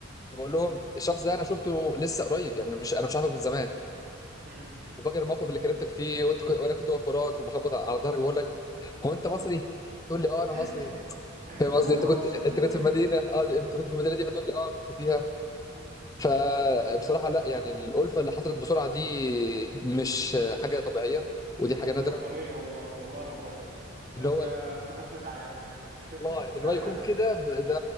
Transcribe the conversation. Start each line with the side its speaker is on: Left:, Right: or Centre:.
Left: بقول لهم
Right: مم.
Left: الشخص ده انا شفته لسه قريب يعني مش انا مش عارفه من زمان
Right: مم.
Left: وفاكر الموقف اللي كلمتك فيه وانت كنت وانا كنت واقف وراك وبخبط على ظهرك بقول لك هو انت مصري؟ تقول لي اه انا
Right: <laughs>
Left: مصري فاهم قصدي
Right: انا
Left: انت كنت
Right: مصري
Left: انت كنت في المدينه اه انت كنت في المدينه دي فتقول لي اه كنت فيها
Right: <laughs>
Left: فبصراحه لا يعني الالفه اللي حصلت بسرعه دي مش حاجه
Right: مم.
Left: طبيعيه ودي حاجه نادره
Right: ربانية والله والله ربانية
Left: ان
Right: احنا
Left: هو
Right: امهاتنا دعيات لنا
Left: الله
Right: <laughs> دعيال
Left: ان هو يكون كده ب- ده